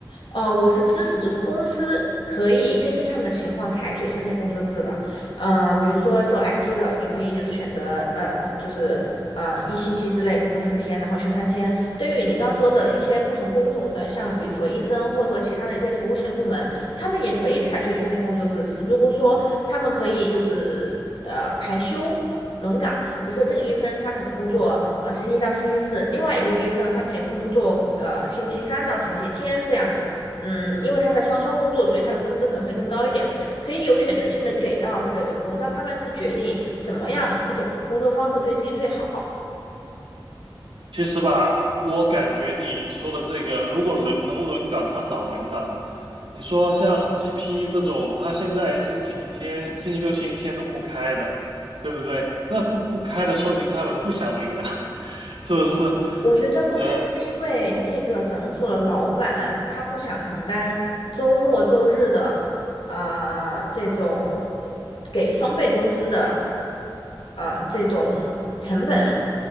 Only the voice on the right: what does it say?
其实吧，我感觉你说的这个，如果轮能轮岗，他早轮岗了。你说像 GP 这种，他现在星期天、星期六、星期天都不开的，对不对？那不不开的，说明他们不想轮岗，<laughs> 是不是？
呃，